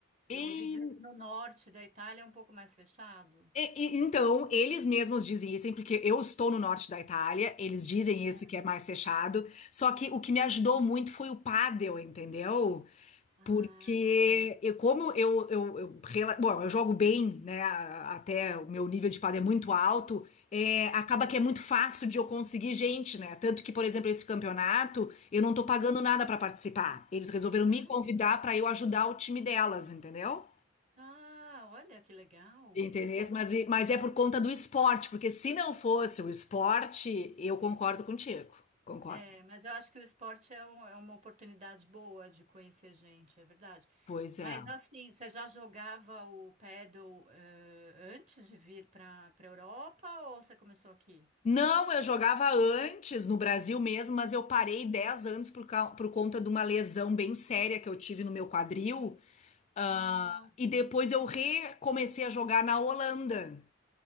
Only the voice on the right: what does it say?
Eu
ouvi dizer que no norte da Itália é um pouco mais fechado.
É.
Ah,
sim.
Ah,
ah, olha que legal,
muito bom.
É, mas eu acho que o esporte é, um- é uma oportunidade boa de conhecer gente, é verdade.
Mas
assim, você já jogava o paddle, eh, antes de vir para para Europa ou você começou aqui?
Não,